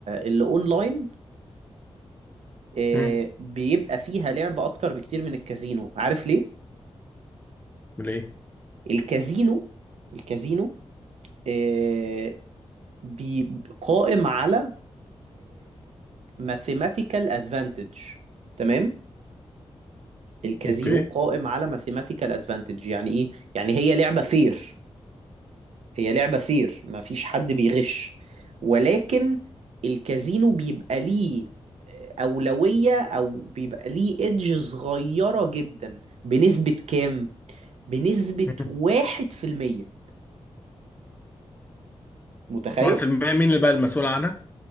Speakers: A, on the right; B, on the left.
A: اللي اونلاين آه،
B: مم.
A: بيبقى فيها لعب اكتر بكتير من الكازينو عارف ليه
B: ليه؟
A: الكازينو الكازينو آه، بي قائم على ماثيماتيكال ادفانتج تمام الكازينو
B: أوكي
A: قائم على ماثيماتيكال ادفانتج يعني ايه يعني هي لعبة فير هي لعبة فير ما فيش حد بيغش ولكن الكازينو بيبقى ليه آه، أولوية أو بيبقى ليه إدج صغيرة جدا بنسبة كام؟ بنسبة
B: مم.
A: واحد في المية متخيل؟
B: واحد في المية مين اللي بقى المسؤول عنها؟